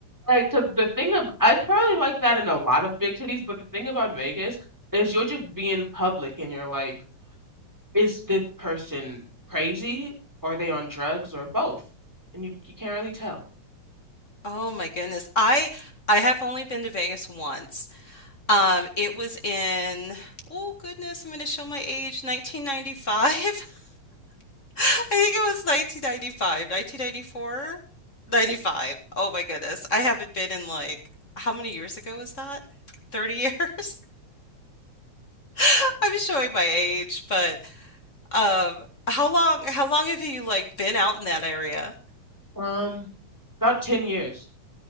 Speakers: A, in the centre; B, on the left.
A: Like, 'cause the thing of I probably like that in a lot of big cities, but the thing about Vegas is you are just being public and you're like, is this person crazy? Are they on drugs or both? And you you can't really tell.
B: Oh my goodness. I I have only been to Vegas once. Um, it was in, oh goodness, I'm going to show my age, 1995. <laughs> I think it was 1995, 1994, 95. Oh my goodness. I haven't been in like, how many years ago was that? 30 years? <laughs> I'm showing my age, but um, how long how long have you like been out in that area?
A: Um, about 10 years.